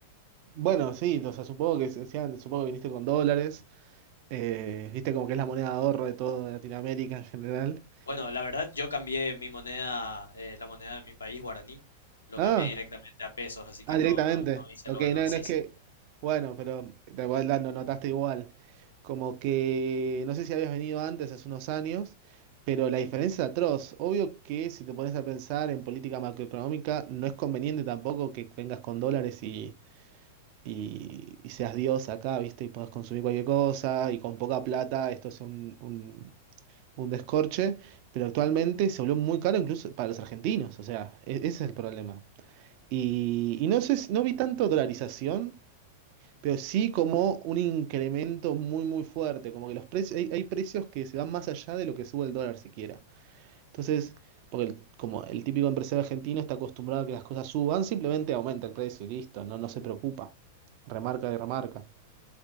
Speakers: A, on the right; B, on the left.
A: Bueno, sí, o sea, supongo que, se- sean- supongo que viniste con dólares, eh, viste como que es la moneda de ahorro de toda Latinoamérica en general.
B: Bueno, la verdad yo cambié mi moneda, eh, la moneda de mi país, guaraní, lo
A: Ah,
B: cambié directamente a pesos, así que
A: Ah,
B: no,
A: directamente.
B: no, no hice
A: Ok,
B: lo de lo...
A: no,
B: Sí,
A: no es que.
B: sí.
A: Bueno, pero te voy dando, notaste igual. Como que no sé si habías venido antes, hace unos años, pero la diferencia es atroz. Obvio que si te pones a pensar en política macroeconómica, no es conveniente tampoco que vengas con dólares y, y, y seas Dios acá, ¿viste? Y puedas consumir cualquier cosa y con poca plata esto es un, un, un descorche. Pero actualmente se volvió muy caro incluso para los argentinos. O sea, e- ese es el problema. Y, y no sé, si- no vi tanto dolarización, pero sí como un incremento muy, muy fuerte. Como que los precios, hay, hay precios que se van más allá de lo que sube el dólar siquiera. Entonces, porque el- como el típico empresario argentino está acostumbrado a que las cosas suban, simplemente aumenta el precio y listo, no, no se preocupa. Remarca y remarca.